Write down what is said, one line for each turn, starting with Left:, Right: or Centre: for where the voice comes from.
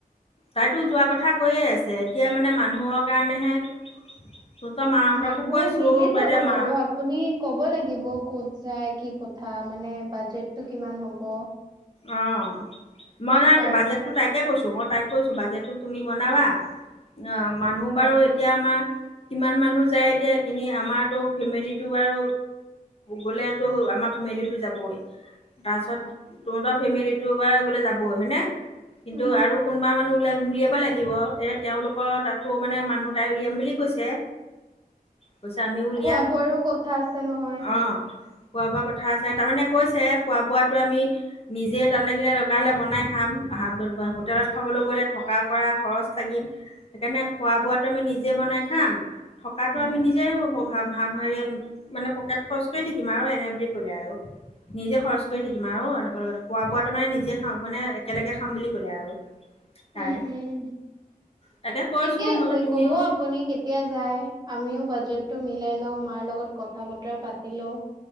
Left: তাইতো যোৱা কথা কৈয়ে আছে এতিয়া মানে মানুহৰ কাৰণেহে। তহঁতৰ মাহঁতকো
Right: মানুহ
Left: কৈছো
Right: মিলি
Left: বা
Right: যাব
Left: এতিয়া
Right: বাৰু
Left: মা
Right: আপুনি ক'ব লাগিব কত। যাই কি কথা মানে বাজেটটো কিমান হ'ব।
Left: অ, মই নাই
Right: তাৰপিছত
Left: বাজেটটো তাইকে কৈছো মই। তাই কৈছো বাজেটটো তুমি বনাবা অ, মানুহ
Right: হয়,
Left: বাৰু এতিয়া আমাৰ কিমান মানুহ যায় এতিয়া সখিনি আমাৰতো ফেমিলিটো বাৰু গ'লেতো আমাৰ ফেমিলিটো যাবই তাৰপাছত
Right: হয়,
Left: তহতৰ ফেমিলিটো গ'লে যাবই হয়নে। কিন্তু
Right: উম,
Left: আৰু কোনোবা মানুহ ওলাই উলিয়াব লাগিব এ তেওলোকৰ তাতো মানে মানুহ তাই উলিয়াম বুলি কৈছে। কৈছে আমিও উলিয়াম
Right: খোৱা বোৱাৰো কথা আছে নহয়।
Left: অঁ খোৱা বোৱা কথা আছে তাৰমানে কৈছে খোৱা বোৱাটো আমি নিজেই তাত লাগিলে লগা হ'লে বনাই খাম হোটেলত খাবলৈ গ' হ'লে থকা কৰা খৰচ লাগিল সেইকাৰণে খোৱা বোৱাটো আমি নিজে বনাই খাম থকাতটো
Right: উম।
Left: আমি নিজে ভ হ ভাৰি মানে পকেট খৰচ কৰি থাকিম আৰু এনে বুলি কলে আৰু। নিজে খৰচ
Right: হয়।
Left: কৰি থাকিম আৰু তনেৰ লগত খোৱা বোৱাতো মানে নিজে খাম মানে একেলগে খাম বুলি কলে আৰু তাই।
Right: উম, উম,
Left: তাকে কৈছোঁ
Right: ঠিকে আছে
Left: মই বোলো তুমিও
Right: কব আপুনি কেতিয়া যায় আমিও বাজেট টো মিলাই লও মাৰ লগত কথা বতৰা পাতি লও।